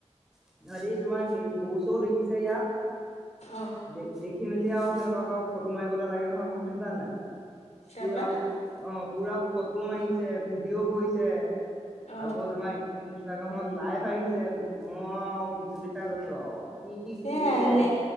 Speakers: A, in the centre; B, on the left.
A: সিহঁতি তোমাৰ সেই গৰু চৰু দেখিছে ইয়াত
B: অ
A: দে দেখি থাকি মিলি আৰু সিহঁতক আৰু ফটো মাৰিবলৈ লাগে নহয় গম জান নাই
B: তাৰপা
A: পুৰা অঁ পুৰা ফটো মাৰিছে ভিডিঅ' কৰিছে
B: অ
A: আকৌ তোমাৰ ইনষ্টাগ্ৰামত লাইভ আহিছে মই বিচুতি খাই গৈছো আৰু। কি কি
B: সেয়াই
A: কৰিছে
B: নে